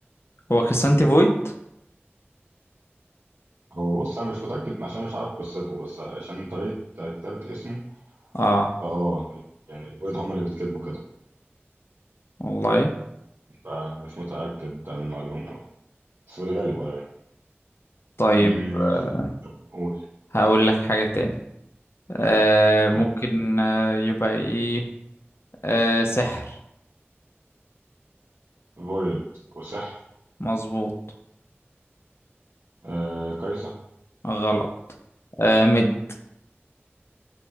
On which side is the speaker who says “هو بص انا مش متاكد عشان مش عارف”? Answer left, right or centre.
Right